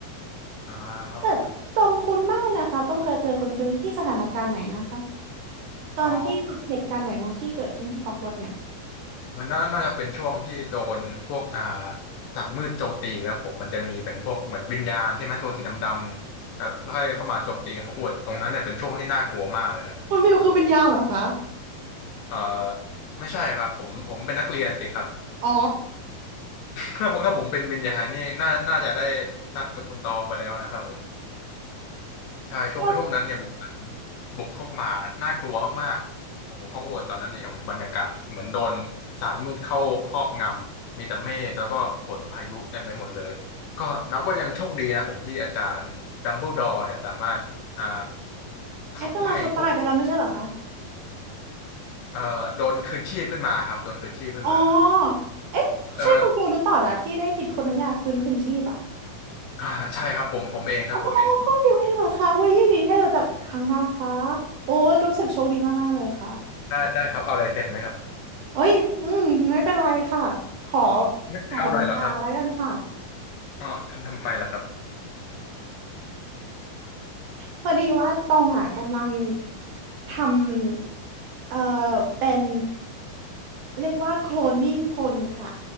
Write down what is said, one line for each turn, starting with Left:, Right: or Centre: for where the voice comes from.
Left: ๆอ่าครับผมเป็น
Right: แต่ตองคุ้นมากเลยนะคะต้องเคยเจอคุณฟิวที่สถานการณ์ไหนนะคะตอนที่แบบเหตุการณ์ไหนนะที่เกิดขึ้นที่ฮอกวอตส์เนี่ย
Left: อ๋อมันน่าน่าจะเป็นช่วงที่โดนพวกอ่าศาสตร์มืดโจมตีครับผมมันจะมีเป็นพวกเหมือนวิญญาณใช่ไหมตัวสีดำๆเนี่ยแล้วค่อยเข้ามาโจมตีเขาอวดตรงนั้นเนี่ยเป็นช่วงที่น่ากลัวมากเลยนะโอ้โห
Right: คุณฟิวคือวิญญาณเหรอคะ
Left: เอ่อไม่ใช่ครับผมผมเป็นนักเรียนสิครับ
Right: อ๋อ
Left: ถ้าผมถ้าผมเป็นวิญญาณนี่น่าน่าจะได้ซัดกับคุณตองไปแล้วนะครับผมใช่ช่วงช่วงนั้นเนี่ยวิญญาณ
Right: ก็
Left: บุกเข้ามาน่ากลัวมากๆโอ้โหฮอกวอตส์ตอนนั้นเนี่ยโอ้โหบรรยากาศเหมือนโดนสารมืดเข้าครอบงำมีแต่เมฆแล้วก็ฝนพายุเต็มไปหมดเลยก็นับว่ายังโชคดีนะผมที่อาจารย์ดัมเบิลดอร์เนี่ยสามารถอ่า
Right: เอตตลาเขาตายไปแล้วไม่ใช่เหรอคะ
Left: ขับไล่พวกเอ่อโดนคืนชีพขึ้นมาครับโดนคืนชีพขึ้นมา
Right: อ๋อเอ๊ะใช่คุณฟิวหรือเปล่านะที่ได้คิดคนน้ำยาคืนคืนชีพอะ
Left: เอออ่าใช่ครับผมผมเองครับผมเอง
Right: โอ้คุณฟิวเองเหรอคะอุ้ยยินดีให้เราจากอีกครั้งนะคะโอ้รู้สึกโชคดีมากๆเลยค่ะ
Left: ได้ได้ครับเอาลายเซ็นไหมครับ
Right: โอ้ยอืมไม่เป็นไรค่ะขอ
Left: ไม่เอาหน่อยเหรอครับ
Right: ขอไปน้ำตาแล้วกันค่ะ
Left: อ๋อทำทำไมล่ะครับ
Right: พอดีว่าตองอ่ะกำลังทำเอ่อเป็นเรียกว่าโคลนนิ่งคนค่ะ